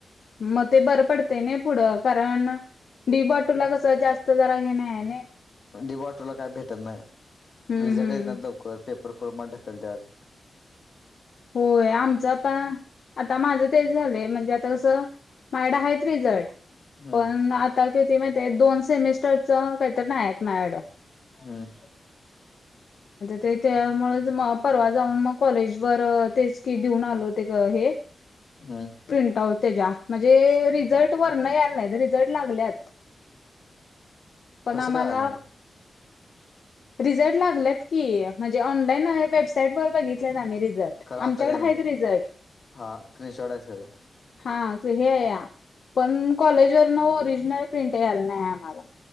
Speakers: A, on the left (about 65°); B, on the left (about 50°).
A: मग ते बरं पडते नाही पुढं कारण डीबट तुला कस जास्त जरा हे नाही याने
B: दिफॉल्टरला काय भेटत नाही
A: हम्म
B: रिझल्ट
A: हम्म
B: येतात लवकर पेपर पर फॉर्म ढकलल्यात आज
A: होय आमचा आता आता माझं तेच झालंय म्हणजे आता कसं मायडं आहेच रिझल्ट
B: हम्म
A: पण आता ग दोन सेमिस्टर च काहीतर नाही आहेत मायाकडं
B: हम्म
A: ते त्यामुळे परवा जाऊन मग कॉलेज वर्र तेचं की देऊन आलो ते हे
B: हम्म
A: प्रिंट आउट त्याच्या म्हणजे रिझल्टवर नाय यांना रिझल्ट लागल्यात पण
B: कसं
A: आम्हाला
B: कळालं मग
A: रिझल्ट लागलात की म्हणजे ऑनलाईन आहे वेबसाईटवरर बघितलेत आम्ही
B: खरं हातात
A: आमच्याकडे
B: यायला नाही.
A: आहेत रिझल्ट
B: हा स्क्रीनशॉट आहेत खरं
A: हा हे या पण कॉलेजवरन ओरिजिनल प्रिंट यायला नाही आम्हाला